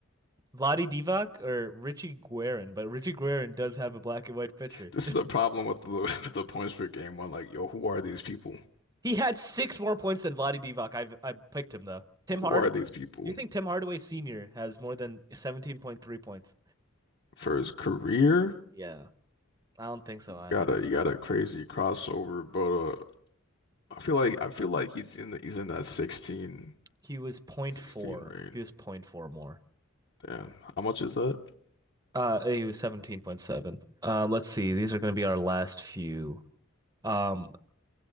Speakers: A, on the right; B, on the left.
A: Vladi Divac or Richie Guerin, but Richie Guerin does have a black and white pitcher.
B: This is the problem with the <laughs> with the points per game one. Like, yo, who are these people?
A: He had six more points than Vladi Divac. I've I picked him though. Tim Hardaway.
B: Who are these people?
A: Do you think Tim Hardaway Sr. has more than 17.3 points?
B: For his career,
A: Yeah, I don't think so
B: you
A: either.
B: got a you got a crazy crossover, but uh, I feel like I feel like he's in the he's in that sixteen
A: He was zero point
B: sixteen
A: 0.4.
B: range.
A: He was zero point 0.4 more.
B: Damn, how much is that?
A: Uh, he was 17.7. Uh, let's see. These are going to be our last few. Um,